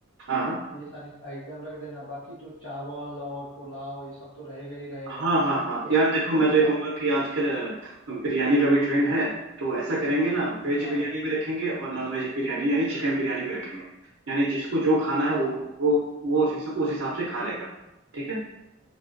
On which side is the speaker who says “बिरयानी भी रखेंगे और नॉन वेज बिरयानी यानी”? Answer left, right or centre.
Right